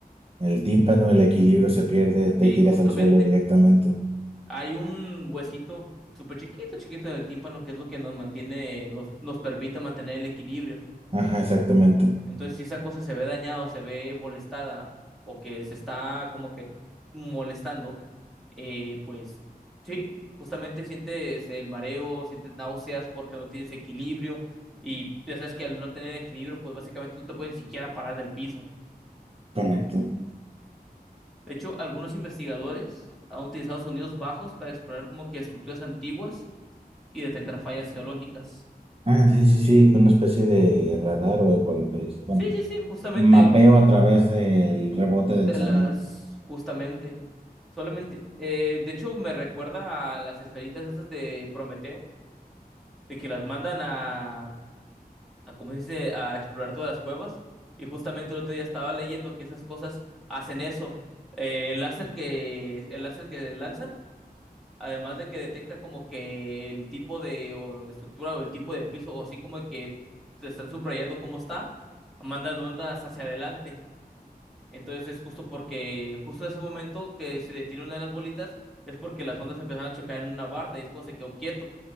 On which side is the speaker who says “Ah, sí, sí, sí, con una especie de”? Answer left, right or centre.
Right